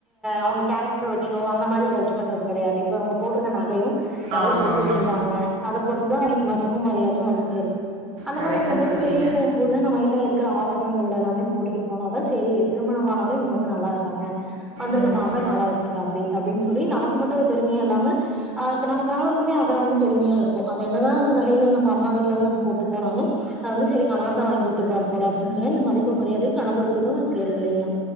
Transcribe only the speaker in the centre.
அவங்க கேரக்டர் வச்சோ அந்த மாரி ஜட்ஜ் பண்றது கெடையாது இப்ப இவுங்க போட்டிருக்க நகையும் எவ்வளோ
சொத்து வச்சிருக்காங்க அத பொறுத்துதான் ஆவுங்ளுக் மதிப்பும் மரியாதயு வந்து சேருது அந்த
மார்ருக்கும் போது
வெளிய போம்போது நம்மகிட்ட இருக் க்குற ஆவரணங்கள் எல்லாமே போட்டுட்டு போனாதா செரி திருமணமானாலு இவுங்க வந்து நல்லா இருக்காங்க வந்துருக்க
மாப்ள நல்லா வச்சிருக்காப்டி அப்டின் சொ சொல்லி நமக்கு மட்டு அது பெறுமயா இல்லாம அ நம்ம கணவருக்குமே அத வந்து பெறுமயா இருக்கூ அது என்ன னா அந்த நகைகள் நம்ம அம்மா வீட்டுல இருந்து நம்ம போட்டு போனாலும் அது வந்து செரி கணவர் தான் வாங்கி கொடுத்துருபார் போல அப்டின்னு சொன்ன இந்த மதிப்பு மரியாத கணவருக்குதும் சேரும் இல்லைங்ளா